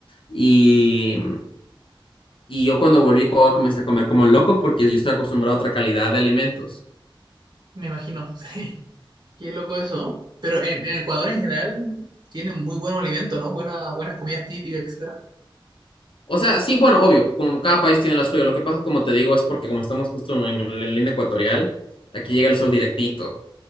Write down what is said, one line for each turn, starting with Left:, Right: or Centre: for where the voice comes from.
Left: Y, y yo cuando volví a Ecuador comencé a comer como loco porque yo estoy acostumbrado a otra calidad de alimentos.
Right: Me imagino, <laughs> sí. Qué loco eso. Pero en, en Ecuador en general tienen muy buenos alimentos, ¿no? Buena- buenas comidas típicas, etcétera.
Left: O sea, sí, bueno, obvio, como cada país tiene la suya. Lo que pasa, como te digo, es porque como estamos justo en la línea ecuatorial, aquí llega el sol directito.